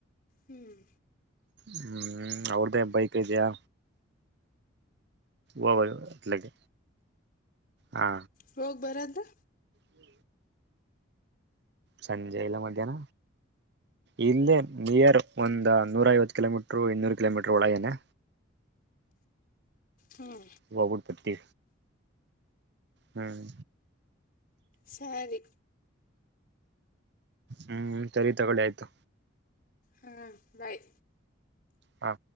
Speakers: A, on the left; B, on the right.
A: ಹ್ಮ್
B: ಹ್ಮ್ ಅವ್ರ್ದೇ ಬೈಕ್ ಇದೆಯಾ. ಓ ವೈ ಲೈಕ್ ಹಾ
A: ಹೋಗ್ ಬರದಾ.
B: ಹ್ಮ ಸಂಜೆ ಇಲ್ಲ ಮಧ್ಯ್ಯಾನ. ಇಲ್ಲೆ ನಿಯರ್ ಒಂದ ನೂರ ಐವತ್ತ ಕಿಲೋಮೀಟರ್ ಇನ್ನೂರು ಕಿಲೋಮೀಟರ್ ಒಳಗೆನೆ.
A: ಹ್ಞೂ
B: <unintelligible> ವಬುಡ್ ಪಟ್ಟಿ ಹ್ಮ್.
A: ಸರಿ
B: ಹ್ಮ್ ಸರಿ ತಗೊಳ್ಳಿ ಆಯ್ತು.
A: ಹಾಂ ಬಾಯ್
B: ಹಾಂ